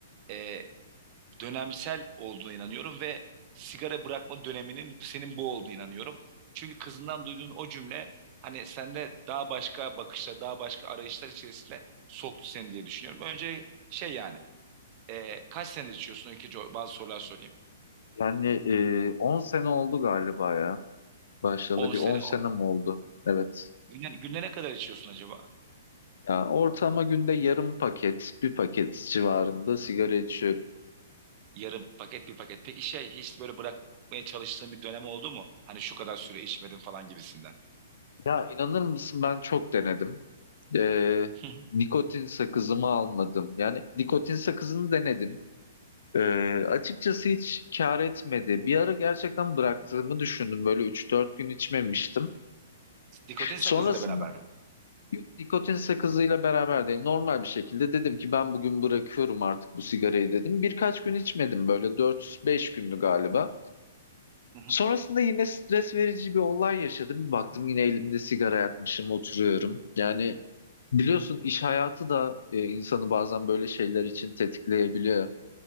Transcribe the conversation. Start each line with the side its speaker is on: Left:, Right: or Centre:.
Right: e, dönemsel olduğuna inanıyorum ve sigara bırakma döneminin senin bu olduğuna inanıyorum. Çünkü kızından duyduğun o cümle hani sende daha başka bakışlar, daha başka arayışlar içerisinde soktu seni diye düşünüyorum. Önce şey yani e, kaç senedir içiyorsun? İkinci bazı sorular sorayım.
Left: Yani e, 10 sene oldu galiba ya. Başlayalı
Right: On
Left: bir
Right: sene
Left: 10 sene
Right: oldu.
Left: mi oldu? Evet.
Right: Günde, günde ne kadar içiyorsun acaba?
Left: Ya ortalama günde yarım paket, bir paket civarında sigara içiyorum.
Right: Yarım paket bir paket. Peki şey hiç böyle bırakmaya çalıştığın bir dönem oldu mu? Hani şu kadar süre içmedim falan gibisinden.
Left: Ya inanır mısın ben çok denedim. E,
Right: Hı hı.
Left: nikotin sakızımı almadım. Yani nikotin sakızını denedim. E, açıkçası hiç kar etmedi. Bir ara gerçekten bıraktığımı düşündüm. Böyle üç dört gün içmemiştim.
Right: Nikotin sakızıyla
Left: Sonrasında
Right: beraber mi?
Left: Yok nikotin sakızıyla beraber değil. Normal bir şekilde dedim ki ben bugün bırakıyorum artık bu sigarayı dedim. Birkaç gün içmedim böyle dört beş gündü galiba.
Right: Hı hı.
Left: Sonrasında yine stres verici bir olay yaşadım. Bir baktım yine elimde sigara yakmışım oturuyorum. Yani biliyorsun iş hayatı da e, insanı bazen böyle şeyler için tetikleyebiliyor.